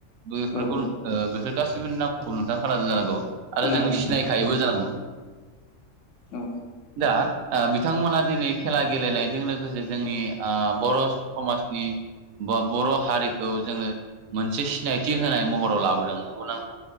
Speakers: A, on the right (about 80°); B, on the left (about 65°).
A: बेफोरखौ
B: औ औ
A: ओ बेफोर गासिबोनि नामखौ नोंथाङा खोनादों जानांगौ आरो
B: खोनादों
A: जों सिनायखायोबो जानांगौ
B: औ
A: दा ओ बिथांमोना दिनै खेला गेलेनायजों लोगोसे जोंनि ओ बर' समाजनि बा बर' हारिखौ जोनो मोनसे सिनायथि होनाय महराव लाबोदों <unintelligible>